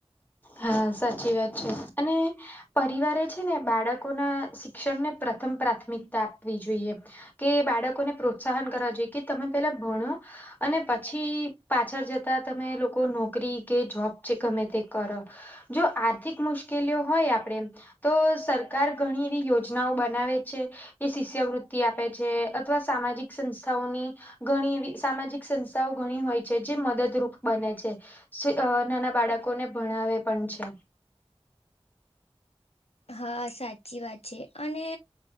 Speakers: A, on the left; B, on the left.
A: હા સાચી વાત છે અને પરિવારે છે ને બાળકોના શિક્ષણને પ્રથમ પ્રાથમિકતા આપવી જોઈએ કે બાળકોને પ્રોત્સાહન કરવા જોઈએ કે તમે પેલા ભણો અને પછી પાછળ જતા તમે લોકો નોકરી કે જોબ છે ગમે તે- કરો જો આર્થિક મુશ્કેલીઓ હોય આપણેે તો સરકાર ઘણી એવી યોજનાઓ બનાવે છે. એ શિષ્યવૃત્તિ આપે છે અથવા સામાજિક સંસ્થાઓની ઘણી એવી સામાજિક સંસ્થાઓ ઘણી હોય છે જે મદદરૂપ બને છે. નાના બાળકોને ભણાવે પણ છે
B: હા સાચી વાત છે અને